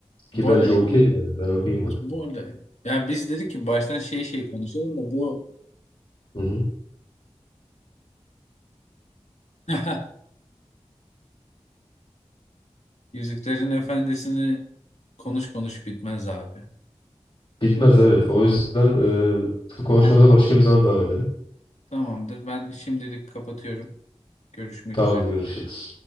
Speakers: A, on the left; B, on the left.
A: Ki
B: Bu
A: bence
B: arada
A: okey
B: en iyi
A: yani. Ben okeyim
B: Bu
A: ona.
B: arada yani biz dedik ki baştan şey şey konuşalım da bu
A: Hı hı.
B: <laughs> Yüzüklerin Efendisi'ni konuş konuş bitmez abi.
A: Bitmez evet. O yüzden e, bu konuşmamıza
B: Ben,
A: başka bir zaman devam edelim.
B: tamamdır. Ben şimdilik kapatıyorum. Görüşmek
A: Tamamdır
B: üzere.
A: görüşürüz.